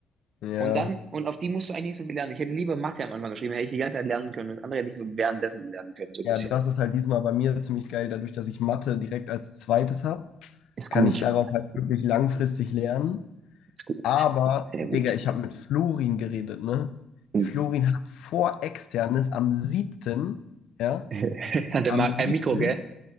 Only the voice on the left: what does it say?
ja,
ja,
das ist halt diesmal bei mir ziemlich geil, dadurch, dass ich Mathe direkt als zweites habe,
kann
ich darauf
halt
wirklich langfristig lernen.
Aber,
Digga,
ich habe mit Florin geredet, ne?
Florin hat vor Externes am siebten, ja,
am
siebten